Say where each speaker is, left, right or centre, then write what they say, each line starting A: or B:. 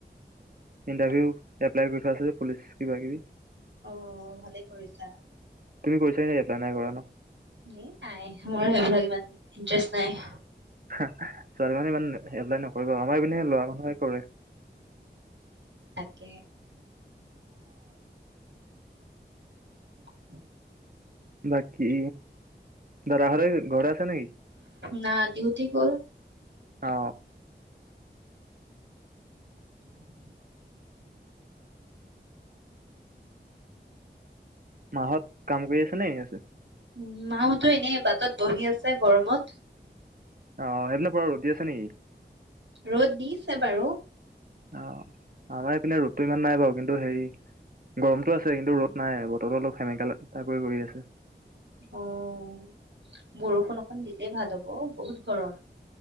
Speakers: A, on the right; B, on the right.
A: ইণ্টাৰভিউ এপ্লাই কৰি থোৱা আছে যে, পুলিচ কিবা কিবি।
B: অ', ভালে কৰিছা।
A: তুমি কৰিছা নে এপ্লাই, নাই কৰা ন'?
B: <unintelligible> নাই। মোৰ সেইবোৰাক ইমান ইণ্টাৰেষ্ট নাই।
A: ছোৱালী মানুহে ইমান হে এপ্লাই নকৰিব। আমাৰ এই পিনে ল'ৰা মানুহে কৰে।
B: তাকে। <inaudible>
A: বাকী। দাদাহঁতে ঘৰতে আছে নে কি?
B: না, ডিউটি গ'ল।
A: অ
B: <inaudible>
A: মাহঁত কাম কৰি আছে নে, এনে আছে?
B: উম, মাহতো এনেই বাটত বহি আছে গৰমত।
A: অ', সেইবিলাক পুৰা ৰ'দ দি আছে নেকি?
B: ৰ'দ দিছে বাৰু।
A: অ', আমাৰ ইপিনে ৰৰুদটো ইমান নাই বাৰু। কিন্তু হেৰি গৰমটো আছে। কিন্তু ৰ'দ নাই। বতৰো অলপ সেমেকা লা কৰি আছে।
B: অ', বৰষুণ অকন দিলেই ভাল হ'ব অ'। বহুত গৰম।